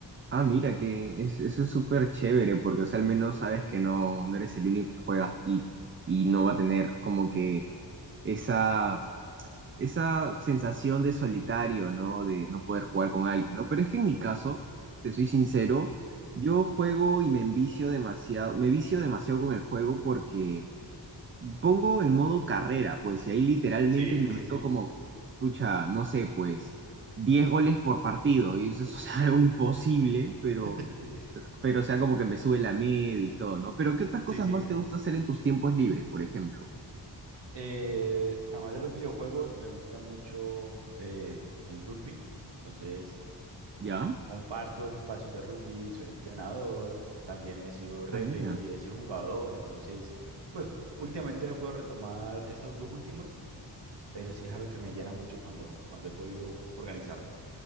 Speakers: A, on the right (about 30°); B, on the right (about 75°).
A: ah, mira, que es- eso es súper chévere, porque, o sea, al menos sabes que no, no eres el único que juegas y, y no va a tener como que esa esa sensación de solitario, ¿no? De no poder jugar con alguien, ¿no? Pero es que en mi caso, te soy sincero,
B: Ujú.
A: yo juego y me envicio demasiado, me vicio demasiado con el juego porque pongo en modo carrera, pues, y ahí literalmente
B: Sí,
A: me meto
B: sí, sí.
A: como, pucha, no sé, pues, 10 goles por partido, y eso es <laughs> algo imposible, pero,
B: <laughs>
A: pero, o sea, como que me sube la media y todo, ¿no? Pero, ¿qué otras cosas
B: Sí, sí.
A: más te gusta hacer en tus tiempos libres, por ejemplo?
B: Eh, además de los videojuegos, me gusta mucho eh, el rugby. Entonces,
A: ¿Ya?
B: comparto espacios de rugby, soy entrenador, también he sido referee,
A: Ah, mira.
B: he sido jugador. Entonces, pues últimamente no puedo retomar estos dos últimos, pero sí es algo que me llena mucho cuando, cuando he podido organizarme.